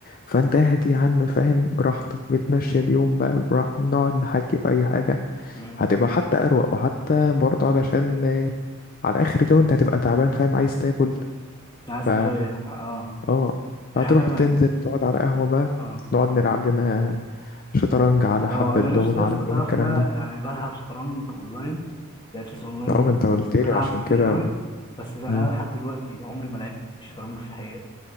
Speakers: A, on the left (about 40°); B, on the left (about 20°).
A: فانت قاعد يا عم فاهم براحتك بتمشي اليوم بقى براحتك نقعد نحكي في اي حاجة
B: مم.
A: هتبقى حتى اروق وحتى برضه علشان آه، على اخر اليوم انت هتبقى تعبان فاهم عايز تاكل
B: عايز
A: ف
B: تريح اه
A: اه
B: يعني
A: هتروح
B: احنا
A: تنزل تقعد على قهوة بقى
B: اه
A: نقعد نلعب لنا شطرنج على
B: اه
A: حبة
B: انا
A: دومنة
B: نفسي يا
A: على
B: اسطى
A: كل
B: تعرف
A: الكلام
B: ان انا
A: ده
B: يعني بلعب شطرنج اونلاين لاتلس اونلاين
A: اه
B: دي
A: ما انت قلت لي
B: بلعب
A: عشان
B: كتير
A: كده
B: قوي بس لا،
A: مم.
B: انا لحد دلوقتي عمري ما لعبت شطرنج في الحقيقة